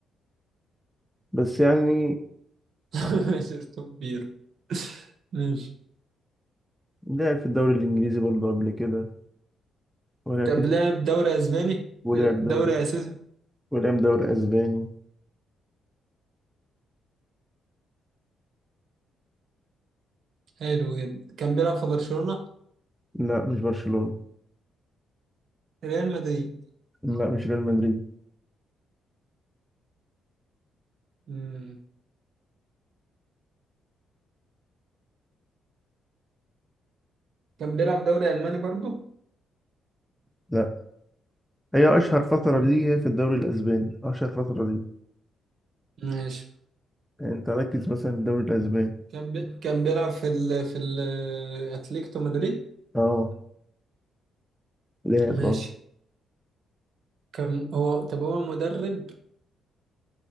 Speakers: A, in the centre; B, on the right.
A: بس يعني
B: <laughs>
A: آه،
B: شرطه كبير ماشي
A: لعب في الدوري الانجليزي برضه قبل كده ولعب
B: طب
A: في
B: لعب دوري اسباني
A: ولعب
B: دوري
A: دوري
B: اساسي
A: ولعب دوري اسباني
B: حلو جدا كان بيلعب في برشلونه
A: لا مش برشلونة
B: ريال مدريد
A: لا مش ريال مدريد
B: مم. كان بيلعب دوري ألماني برضو
A: لا هي اشهر فترة ليه هي في الدوري الاسباني اشهر فترة ليه
B: ماشي
A: يعني انت ركز مثلا في الدوري الاسباني
B: كان بي... كان بيلعب في ال... في ال... أتليتيكو مدريد
A: اه لعب
B: ماشي
A: اه
B: كان هو طب هو مدرب